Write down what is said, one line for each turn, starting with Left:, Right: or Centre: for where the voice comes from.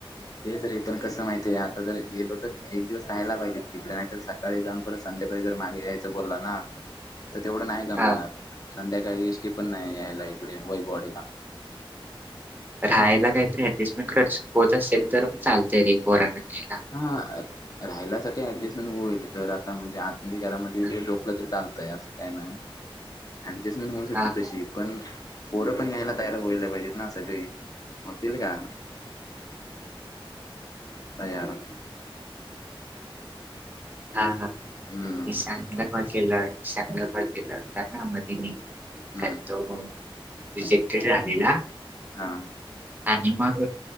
Left: तेच रे. पण कसं माहितय का? आता जर गेलो तर एक दिवस राहायला पाहिजे तिकडे. नाही तर स- सकाळी जाऊन परत संध्याकाळी जर मागे यायचं बोलला ना? तर तेवढं नाही- जमणार.
Right: हां,
Left: संध्याकाळी एस टी पण नाही यायला इकडे. वैभववाडीला.
Right: राहायला काहीतरी ऍडजस्टमेंट कर होत असेल तर मग चालतय रे पोरांना रहायला.
Left: हां. राहिल्यासाठी ऍडजस्टमेंट होईल तिथं आता म्हणजे आता आपली घरामध्ये <unintelligible>
Right: हां,
Left: असं काय नाही. ऍडजस्टमेंट होऊ शकते
Right: हां,
Left: तशी. पण पोरं पण यायला तयार व्हायला पाहिजेत ना सगळे. होतील का? तयार.
Right: हां. हां. <unintelligible>
Left: हम्म
Right: ईशानला कॉल केला होता ना मधे मी.
Left: हम्म
Right: काय तो - रिजेक्टेड झालेला.
Left: हा हम्म
Right: आणि मग